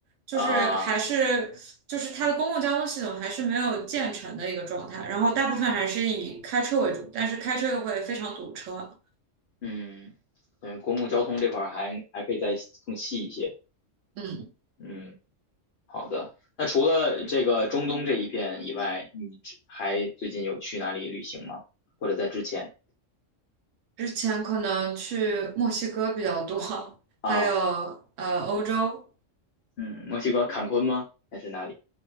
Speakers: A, on the right (about 75°); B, on the left (about 60°).
A: 就是还是就是它的公共交通系统还是没有建成的一个状态。
B: 啊？
A: 然后大部分还是以开车为主，
B: 嗯
A: 但是开车又会非常堵车。
B: 嗯，嗯，公共交通这块儿还还可以再更细一些，
A: 嗯，
B: 嗯。好的，那除了这个中东这一片以外，你之还最近有去哪里旅行吗？或者在之前
A: 之前可能去墨西哥比较多，<laughs>
B: 啊，
A: 还有呃欧洲。
B: 嗯，墨西哥坎昆吗？还是哪里